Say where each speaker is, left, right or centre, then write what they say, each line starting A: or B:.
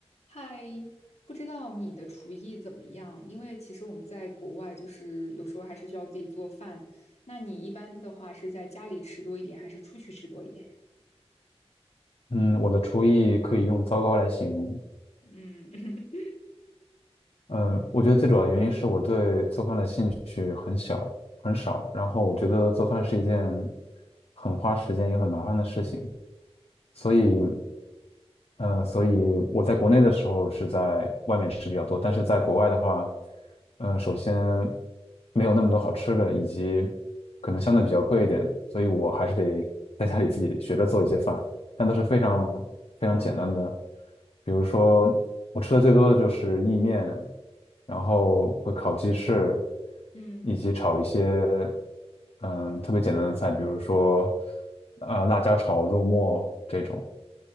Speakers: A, on the left; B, on the left.
A: 嗨，不知道你的厨艺怎么样？因为其实我们在国外，就是有时候还是需要自己做饭。那你一般的话是在家里吃多一点，还是出去吃多一点呀？
B: 嗯，我的厨艺可以用糟糕来形容。
A: 嗯 <laughs>
B: 嗯，我觉得最主要的原因是我对做饭的兴趣很小很少，然后我觉得做饭是一件很花时间也很麻烦的事情，所以，嗯，所以我在国内的时候是在外面吃比较多，但是在国外的话，嗯，首先没有那么多好吃的，以及可能相对比较贵一点，所以我还是得在家里自己学着做一些饭。但都是非常非常简单的。比如说，我吃的最多的就是意面，然后会烤鸡翅，
A: 嗯，
B: 以及炒一些嗯特别简单的菜，比如说呃辣椒炒肉末这种。